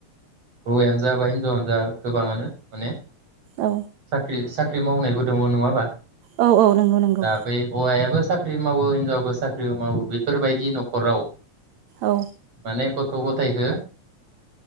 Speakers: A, on the right; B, on the right.
A: हौवयानो जा बा हिनजावानो जा गोबाङानो माने
B: औ
A: साक्रि सा मावनायबो दङ नङा होमबा
B: औ औ नंगौ नंगौ
A: दा बै हौवायाबो साख्रि मावो हिनजावाबो साख्रिबो मावो बेफोरबायदि न'खराव
B: औ
A: माने गथायखो